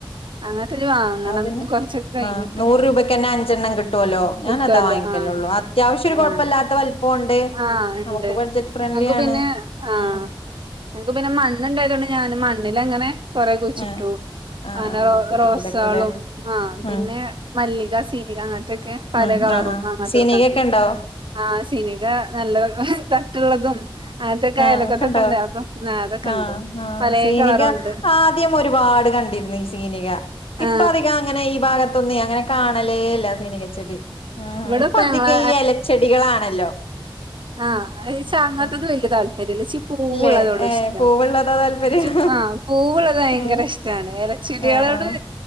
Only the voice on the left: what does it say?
അതിന്
ആ നൂറ് രൂപക്ക്ന്നെ അഞ്ചെണ്ണം കിട്ടോലോ. ഞാൻ
അതാ വാങ്ങിക്കലള്ളു.
അത്യാവശ്യം ഒരു കൊഴപ്പല്ലാത്ത
വലുപ്പം ഉണ്ട്.
നമുക്ക്
ബഡ്ജറ്റ് ഫ്രണ്ട്ലി
ആണ്.
ഉം.
ആ ആ
ആ മുറ്റത്ത്
കൂടെയൊക്കെല്ലേ
ഉം
ഉം
ആ ആ
സീനികയൊക്കെ ഉണ്ടോ
ആഹ്
ഒക്കെ ഇണ്ടൊ.
ആഹ്
ആ
സീനിക
ആദ്യം ഒരുപാട് കണ്ടി സീനിക ഇപ്പ
അധികം അങ്ങനെ ഈ ഭാഗത്തൊന്നു അങ്ങനെ. കാണലേ ഇല്ല സീനികച്ചെടി. ഉം ഉം.
ഇപ്പ അധികം
ഈ എലച്ചെടികളാണല്ലോ.
ആഹ്
ഇല്ലേ ഏഹ്
പൂവുള്ളതാ താല്പര്യം
ഏഹ്
ആഹ് ആഹ്